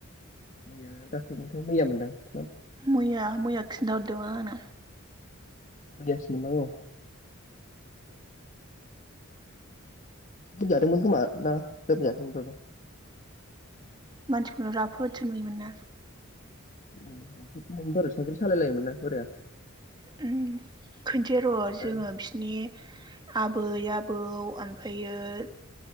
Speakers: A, on the left (about 35°); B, on the right (about 20°).
A: मैया दाख्लैमोनथाय मैया मोनदां
B: मैया मैया खिन्था हरदोमोन आंनो।
A: गेस मोननांगौ। लोमजादोंमोन खोमा ना लोबजायाखैमोन बेबा
B: मानसिखौनो राफोदथसो नुयोमोन ना?
A: औ <unintelligible> साइकेल सालायलायोमोन ना बोराया।
B: उम खोनसे र'
A: बोराया
B: जोङो बिसिनि आबै आबौ ओमफायो ओ